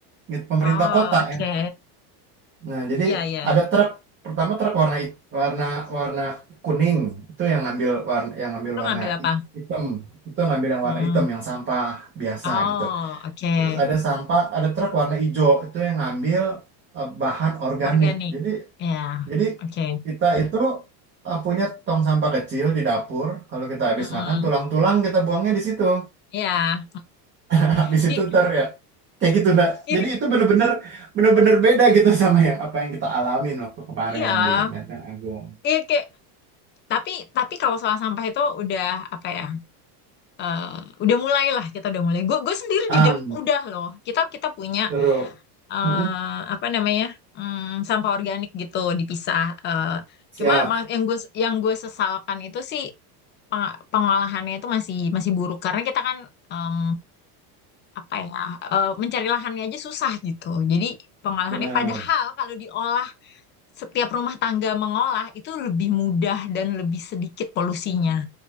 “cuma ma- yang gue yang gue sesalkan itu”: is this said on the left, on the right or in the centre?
Left